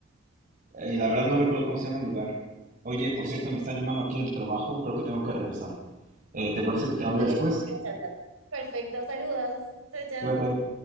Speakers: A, on the right; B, on the right.
A: Eh, Y la verdad no recuerdo cómo se llama el lugar. Oye, por cierto, me están llamando aquí del trabajo, creo que tengo que regresar. Eh, ¿te parece que te hable
B: Dale.
A: después?
B: Perfecto, saludos. Chao, chao.
A: Cuídate.